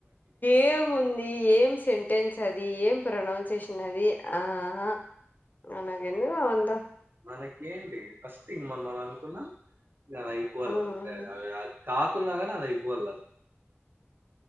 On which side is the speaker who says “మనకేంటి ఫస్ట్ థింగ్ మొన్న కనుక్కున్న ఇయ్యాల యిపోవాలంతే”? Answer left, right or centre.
Right